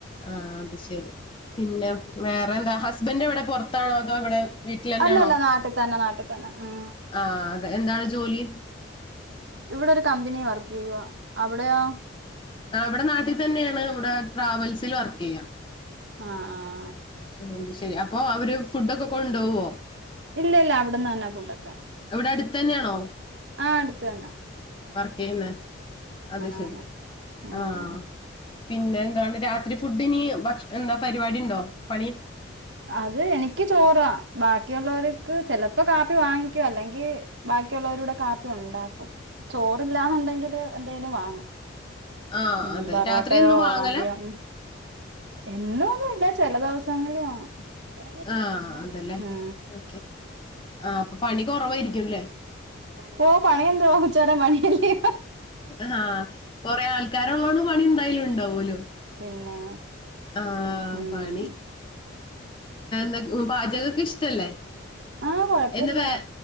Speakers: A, on the left; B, on the right.
A: ആഹ് അത് ശെരി പിന്നെ വേറെ എന്താ ഹസ്ബൻഡ് ഇവിടെ പുറത്താണോ അതോ ഇവിടെ വീട്ടിൽന്നെയാണോ
B: അല്ലല്ല നാട്ടിൽ തന്നെ നാട്ടിൽ തന്നെ ഉം
A: ആഹ് അത എന്താണ് ജോലി
B: ഇവിടെ ഒരു കമ്പനി വർക്ക്യ്യുവ അവിടെയോ
A: ആ ഇവിടെ നാട്ടിൽ തന്നെയാണ് ഇവിടെ ട്രാവൽസിൽ വർക്ക് യ്യുവ
B: ആഹ് ആഹ്
A: ആ അ ശെരി അപ്പൊ അവര് ഫുഡ ഒക്കെ കൊണ്ടുവോ
B: ഇല്ല ഇല്ല അവിടന്ന് തന്നെ കൊണ്ടക്കൻ
A: ഇവിടെ അടുത്ത തന്നെയാണോ
B: ആഹ് അടുത്തന്നെ
A: വർകയ്ന്ന അത് ശരി
B: ആന്ന് ഉം
A: ആഹ് പിന്നെ എന്ത രാത്രി ഫുഡിന് ഭക്ഷ എന്താ പരിപാടി ഉണ്ടോ പണി
B: അത് എനിക്ക് ചോറാ ബാക്കിയുള്ളവർക്ക് ചെലപ്പോ കാപ്പി വാങ്ങിക്കും അല്ലെങ്കി ബാക്കിയുള്ളവരുടെ കാപ്പി ഉണ്ടാക്കും ചോറ് ഗ്രാമ ഉണ്ടെങ്കില് എന്തേങ്കിലും വാങ്ങും
A: ആഹ്
B: ഉം
A: അതെ
B: പറോട്ടയോ
A: രാത്രി ഒന്നും വാങ്ങല
B: വതിയം എന്നൊന്നും ഇില്ല ചില ദിവസങ്ങളിലുംണ് ഉം
A: ആഹ് അതല്ലേ
B: <inaudible>
A: ഓക്കെ ആഹ് അപ്പൊ പണി കുറവായിരിക്കുംല്ലേ
B: പോ ഓ പണിയ എനതുവ ഉച്ചാര് പണി പണിയല്ലേ
A: ആഹ് കൊറെ ആൾക്കാരള്ളണ്ട് പണി എന്തായാലും ഉണ്ടാവുലോ
B: പിന്നെ
A: ആഹ്
B: ഉം
A: പണി ന്ത പാചകക്കെ ഇഷ്ടല്ലേ
B: ആഹ് കൊഴപ്പല്ല
A: എന്നെ വേ